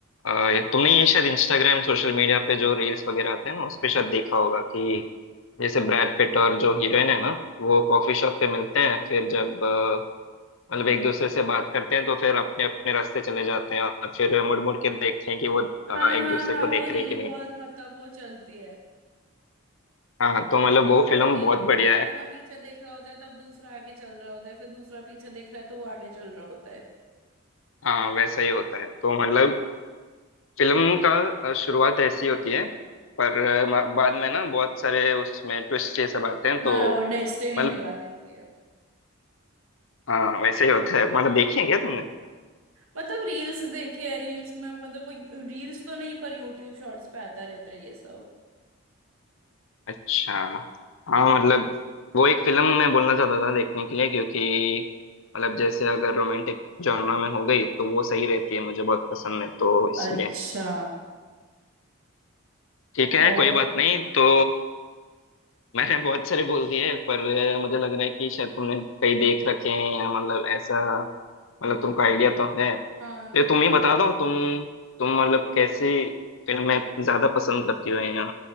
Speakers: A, on the left (about 60°); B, on the right (about 70°).
A: अ, ये- तुमने ये शायद इंस्टाग्राम सोशल मीडिया पे जो रील्स वगैरह आते हैं ना उस पे शायद देखा होगा कि जैसे ब्रैड पिट और जो हीरोइन है ना वो कॉफी शॉप पे मिलते हैं फिर जब अ, मतलब एक दूसरे से बात करते हैं तो फिर अपने अपने रास्ते चले जाते हैं और फिर मुड़ मुड़ के देखते हैं कि वो अ,
B: हाँ
A: एक
B: हाँ
A: दूसरे
B: हाँ
A: को देख
B: वो रील
A: रहे हैं कि नहीं
B: बहुत मतलब वो चलती है
A: हाँ तो मतलब
B: मतलब
A: वो
B: वो
A: फिल्म
B: एक
A: बहुत बढ़िया
B: एक
A: है
B: जना पीछे देख रहा होता है तब दूसरा आगे चल रहा होता है फिर दूसरा पीछे देख रहा है तो वो आगे चल रहा होता है
A: हाँ वैसा ही होता है तो मतलब फिल्म का अ, शुरुआत ऐसी होती है पर अ, म- बाद में ना बहुत सारे उसमें ट्विस्ट ये सब आते हैं तो
B: हाँ वो डेस्टिनी
A: मतलब
B: मिला देती है
A: हाँ वैसे ही होता है मतलब देखी है क्या तुमने
B: मतलब रील्स देखी है रील्स में मतलब वो रील्स तो नहीं पर यूट्यूब शॉर्ट्स पे आता रहता है ये सब
A: अच्छा हाँ मतलब वो एक फिल्म मैं बोलना चाहता था देखने के लिए क्योंकि मतलब जैसे अगर रोमांटिक जॉनर में हो गई तो वो सही रहती है मुझे बहुत पसंद है तो इसलिए
B: अच्छा
A: ठीक है
B: और
A: कोई बात नहीं तो मैंने बहुत सारे बोल दिए पर मुझे लग रहा है कि शायद तुमने कई देख रखे हैं या मतलब ऐसा मतलब तुमको आइडिया तो है
B: हाँ
A: तो
B: तुम
A: तुम ही बता दो तुम तुम मतलब कैसी फिल्में ज्यादा पसंद करती हो या